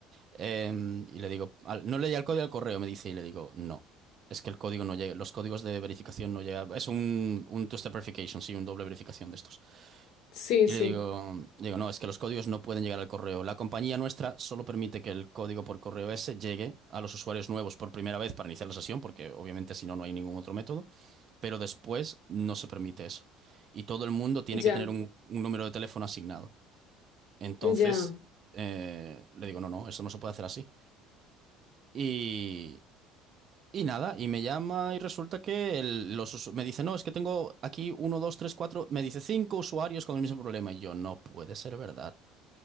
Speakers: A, on the right (about 40°); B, on the left (about 65°).
A: Em, y le digo, al- no leía el código al correo, me dice, y le digo, no. Es que el código no llega, los códigos de verificación no llegan. Es un, un two-step verification, sí, un doble verificación de estos.
B: Sí,
A: Y
B: sí,
A: le digo, digo, no, es que los códigos no pueden llegar al correo. La compañía nuestra solo permite que el código por correo ese llegue a los usuarios nuevos por primera vez para iniciar la sesión, porque obviamente si no, no hay ningún otro método, pero después no se permite eso. Y todo el mundo tiene
B: ya,
A: que tener un, un número de teléfono asignado. Entonces,
B: ya.
A: eh, le digo, no, no, eso no se puede hacer así. Y, y nada, y me llama y resulta que el- los, usu- me dice, no, es que tengo aquí uno, dos, tres, cuatro, me dice cinco usuarios con el mismo problema. Y yo, no puede ser verdad.